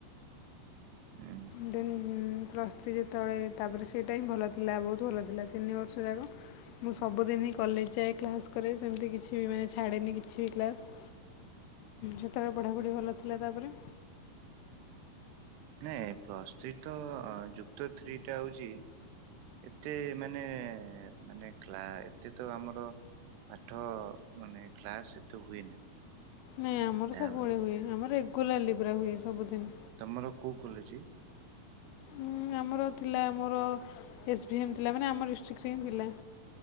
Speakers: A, on the right; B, on the left.
A: ଉଁ
B: ଦେନ୍ ପ୍ଲସ୍ ଥ୍ରୀ ଯେତେବେଳେ ତାପରେ ସେଇଟା ହିଁ ଭଲ ଥିଲା ବହୁତ ଭଲ ଥିଲା ତିନି ବର୍ଷ ଯାକ ମୁଁ ସବୁଦିନି କଲେଜ୍ ଯାଏ କ୍ଲାସ୍ କରେ ସେମିତି କିଛି ବି ମାନେ ଛାଡ଼େନି କିଛି ବି କ୍ଲାସ୍। ସେତେବେଳେ ପଢ଼ାପଢ଼ି ଭଲ ଥିଲା ତାପରେ
A: ନାଇଁ ପ୍ଲସ ସ୍ତ୍ରୀ ତ ଯୁକ୍ତ ଥ୍ରୀ ଟା ହଉଛି ଏତେ ମାନେ ମାନେ କ୍ଲା ଏତେ ତ ଆମର ପାଠ ମାନେ କ୍ଲାସ୍ ଏତେ ହୁଏ ନା।
B: ନାଇଁ ଆମର
A: ତାପରେ
B: ସବୁବେଳେ ହୁଏ ଆମର ରେଗୁଲାର୍ଲି ପୁରା ହୁଏ ସବୁଦିନ।
A: ତମର କୋଉ କଲେଜ୍ କି?
B: ଉଁ ଆମର ଥିଲା ଆମର ଏସ୍ଭି ଏମ୍ ଥିଲା ମାନେ ଆମ ଡିଷ୍ଟ୍ରିକ୍ଟରେ ହିଁ ଥିଲା।